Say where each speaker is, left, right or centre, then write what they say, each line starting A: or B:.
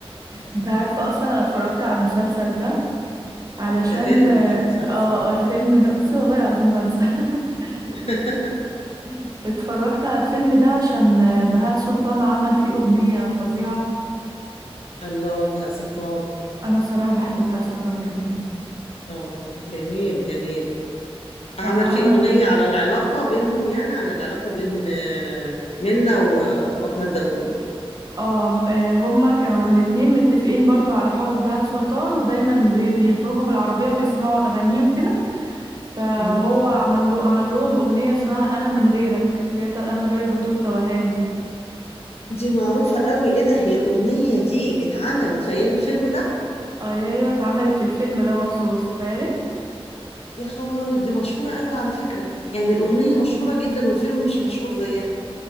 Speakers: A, on the right; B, on the left.
A: انت عارفه اصلا انا اتفرجت على المسلسل ده علشان
B: ده فيلم
A: اه
B: مش مسلسل
A: آه، الفيلم ده بصي والله العظيم بنسى <laughs>
B: <laughs>
A: اتفرجت على الفيلم ده عشان بهاء سلطان عمل فيه أغنية فظيعة
B: الله بهاء سلطان
A: أنا بصراحة بحب بهاء سلطان جدا
B: اه جميل جميل عمل
A: كان عمل
B: فيه أغنية على العلاقة بينهم يعني عن العلاقة بين آه، منة و- وأحمد داوود
A: آه آه، هما كانوا الاتنين متفقين برضو على حب بهاء سلطان ودايما بي- بيخرجوا في العربية ويسمعوا أغانيه وكده فهو
B: مم.
A: عمل له عمل لهم أغنية اسمها أنا من غيرك اللي هي بتاعت أنا من غيرك بتوه توهان دي
B: دي معروفة قوي إيه ده هي الأغنية دي اتعملت في أيام الفيلم ده
A: آه، أيوة اتعملت الفيلم ده مخصوص تخيلي
B: يا خبر أبيض دي مشهورة قوي على فكرة يعني الأغنية مشهورة جدا والفيلم مش مشهور زيها